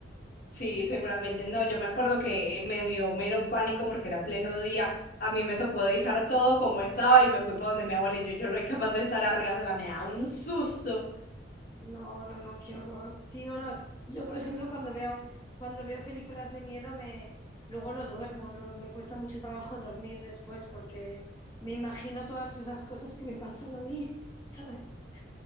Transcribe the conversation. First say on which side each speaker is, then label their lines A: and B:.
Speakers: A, on the left (about 45°); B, on the left (about 20°).
A: Sí, seguramente no. Yo me acuerdo que me dio mero pánico porque era pleno día. A mí me tocó dejar todo como estaba y me fui para donde mi abuela y yo, yo no soy capaz de estar arriba sola, me da un susto.
B: No, no, no, qué horror. Sí, no, no. Yo, por ejemplo, cuando veo, cuando veo películas de miedo, me, luego no duermo, luego me cuesta mucho trabajo dormir después porque me imagino todas esas cosas que me pasan a mí, <laughs> ¿sabes?